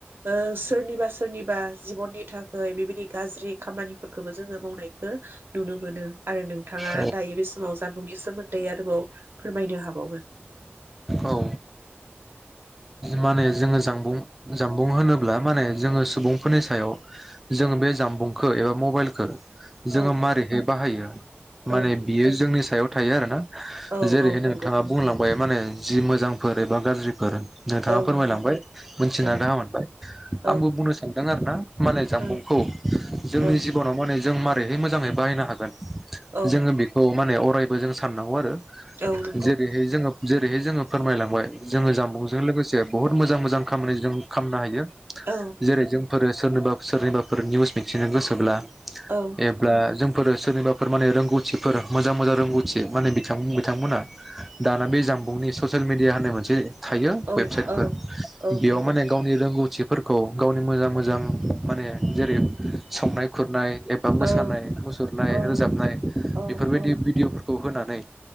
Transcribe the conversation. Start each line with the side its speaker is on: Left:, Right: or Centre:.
Right: ओ सोरनिबा सोरनिबा जिबननि थाखै बेबायदि गाज्रि खामानिफोरखोबो जोङो मावनायखौ नुनो मोनो आरो नों थाङा
Centre: औ
Right: दायो बे समाव जानबुंनि सोमोन्दै आरोबाव फोरमायनो हाबावगोन
Centre: औ माने जोङो जानबुं जानबुं होनोब्ला माने जोङो सुबुंफोरनि सायाव जोङो बे जानबुंखौ एबा मबाइलखौ जोङो
Right: औ
Centre: मारैहाय बाहायो
Right: औ
Centre: माने बियो जोंनि सायाव थायो आरो ना
Right: औ
Centre: जेरैहाय
Right: औ
Centre: नोंथाङा
Right: नंगौ
Centre: बुंलांबाय माने जि मोजांफोर एबा गाज्रिफोर नोंथाङा
Right: औ
Centre: फोरमायलांबाय
Right: नंगौ
Centre: मोनथिना
Right: ओं
Centre: गाहाम मोनबाय
Right: औ
Centre: आंबो बुंनो सानदों दों आरोना। माने जानबुंखौ
Right: औ
Centre: जोंनि
Right: औ
Centre: जिबनाव माने जों मारैहाय मोजाङै बाहायनो हागोन?
Right: औ
Centre: जोङो बेखौ माने अरायबो जों साननांगौ आरो।
Right: औ नंगौ
Centre: जेरैहाय जोङो जेरैहाय जोङो फोरमायलांबाय जोङो जानबुंजों लोगोसे बहुत मोजां मोजां खामानि जों खालामनो हायो
Right: औ
Centre: जेरै जों फोर सोरनिबा सोरनिबाफोर निउस मिथिनो गोसोब्ला
Right: औ
Centre: एबा जों फोर सोरनिबाफोर माने रोंगौथिफोर मोजां मोजां रोंगौथि माने बिथां-बिथांमोना दाना बे जानबुंनि ससेेल मिदिया होननाय मोनसे थायो‌ वेबसाइट
Right: औ औ
Centre: फोर
Right: औ
Centre: बेयाव
Right: नंगौ
Centre: माने गावनि रोंगौ थिफोरखौ गावनि मोजां मोजां माने जेरै संनाय खुरनाय एबा मोसानाय
Right: औ
Centre: मुसुरनाय
Right: औ
Centre: रोजाबनाय
Right: औ
Centre: बेफोरबायदि
Right: औ
Centre: भिडिअफोर खौ होनानै